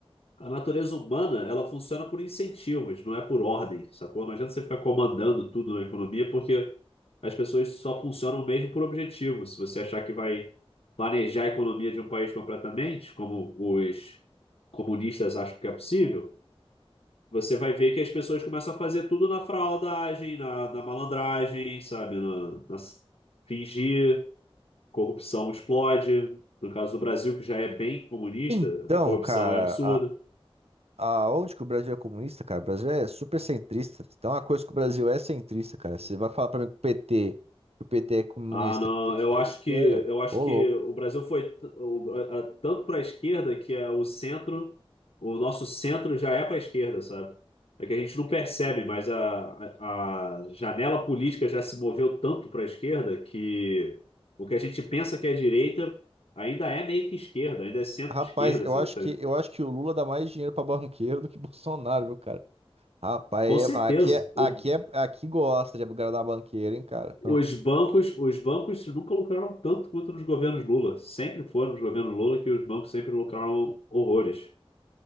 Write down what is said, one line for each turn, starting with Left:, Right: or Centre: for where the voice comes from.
Left: a natureza humana, ela funciona por incentivos, não é por ordem, sacou? Não adianta você ficar comandando tudo na economia, porque as pessoas só funcionam mesmo por objetivo. Se você achar que vai planejar a economia de um país completamente, como os comunistas acham que é possível, você vai ver que as pessoas começam a fazer tudo na fraudagem, na, na malandragem, sabe? Na, na s- fingir, corrupção explode. No caso do Brasil, que já é bem comunista,
Right: Então,
Left: a corrupção
Right: cara,
Left: é absurda.
Right: a, a, onde que o Brasil é comunista, cara? O Brasil é super centrista. Então, uma coisa que o Brasil é centrista, cara. Você vai falar pra mim que o PT, que o PT é comunista,
Left: Ah, não,
Right: que o PT
Left: eu acho
Right: é de esquerda?
Left: que eu acho
Right: Ô,
Left: que
Right: louco.
Left: o Brasil foi t- o- a- a- tanto para a esquerda que é o centro, o nosso centro já é para a esquerda, sabe? É que a gente não percebe, mas a, a a janela política já se moveu tanto para a esquerda que o que a gente pensa que é direita ainda é meio que esquerda, ainda é centro-esquerda,
Right: Rapaz, eu
Left: sabe?
Right: acho
Left: sabe?
Right: que eu acho que o Lula dá mais dinheiro pra banqueiro do que <laughs> Bolsonaro, viu, cara? Rapaz,
Left: Com
Right: é-
Left: certeza.
Right: aqui é, aqui
Left: O-
Right: é, aqui gosta de agradar banqueiro, hein, cara?
Left: os bancos, os bancos nunca lucraram tanto quanto nos governos Lula. Sempre foram nos governos Lula que os bancos sempre lucraram horrores.